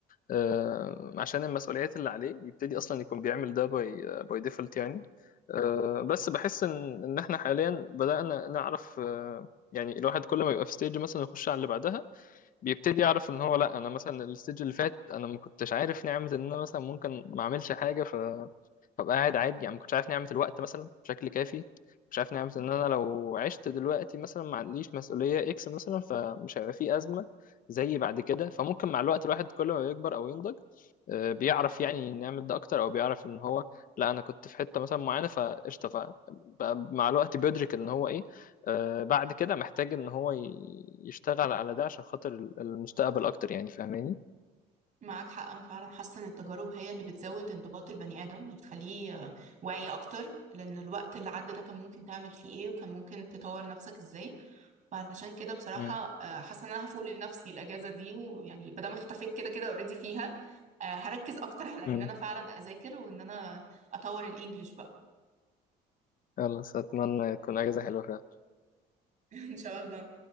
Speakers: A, on the left; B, on the right.
A: آه، عشان المسؤوليات اللي عليه يبتدي اصلا يكون بيعمل ده باي باي ديفولت يعني آه، بس بحس ان ان احنا حاليا بدأنا نعرف آه، يعني الواحد كل ما يبقى في ستيج مثلا يخش على اللي بعدها بيبتدي يعرف ان هو لا انا مثلا الستيج اللي فات انا ما كنتش عارف نعمة ان انا مثلا ممكن ما اعملش حاجة ببقى قاعد عادي يعني ما كنتش عارف نعمة الوقت مثلا بشكل كافي مش عارف نعمة ان انا لو عشت دلوقتي مثلا ما عنديش مسؤولية اكس مثلا فمش هيبقى في ازمة زي بعد كده فممكن مع الوقت الواحد كل ما يكبر او ينضج آه، بيعرف يعني نعمل ده اكتر او بيعرف ان هو لا انا كنت في حتة مثلا معينة فقشطة فبقى مع الوقت بيدرك ان هو ايه آه، بعد كده محتاج ان هو ي- يشتغل على ده عشان خاطر المستقبل اكتر يعني فاهماني؟
B: معاك حق أنا فعلا حاسة إن التجارب هي اللي بتزود انضباط البني آدم وبتخليه آه، واعي أكتر لأن الوقت اللي عدى ده كان ممكن تعمل فيه إيه وكان ممكن تطور نفسك إزاي فعلشان كده بصراحة
A: مم.
B: آه، حاسة إن أنا هفوق لنفسي الأجازة دي ويعني مادام اختفيت كده كده أوريدي فيها آه، هركز أكتر على
A: مم.
B: إن أنا فعلا أذاكر وإن أنا أطور الإنجليش بقى
A: <laughs> خلاص اتمنى تكون اجازة حلوة فعلا
B: <laughs> إن شاء الله